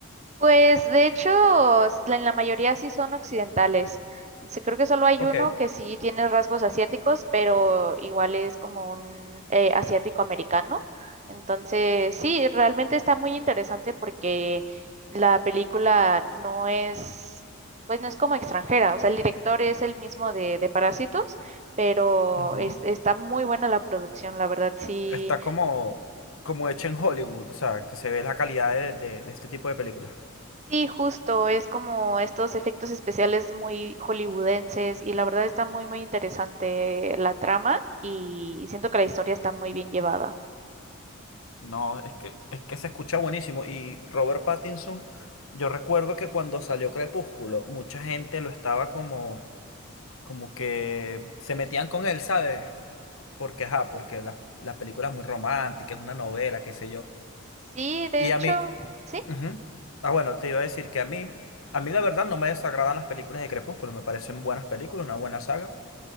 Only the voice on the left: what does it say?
Ok,
ujú.
Está como, como hecha en Hollywood, o sea, que se ve la calidad de, de- de este tipo de películas.
No, es que, es que se escucha buenísimo. Y Robert Pattinson, yo recuerdo que cuando salió Crepúsculo, mucha gente lo estaba como como que se metían con él, ¿sabes? Porque, ajá, porque la, las películas muy románticas, es una novela, qué sé yo.
Y
a mí,
ujú. Ah, bueno, te iba a decir que a mí, a mí la verdad no me desagradan las películas de Crepúsculo, me parecen buenas películas, una buena saga.